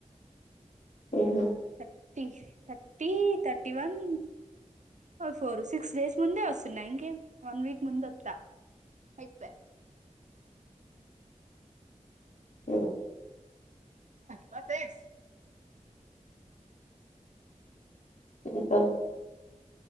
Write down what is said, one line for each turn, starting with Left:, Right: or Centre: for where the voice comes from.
Left: ఉహుమ్
Right: thirty thirty thirty one four six days ముందే వస్తున్నాయి ఇంకే వన్ వీక్ ముందు వస్తా అయితే
Left: పెడు
Right: బస్ ఎస్
Left: ఇంకో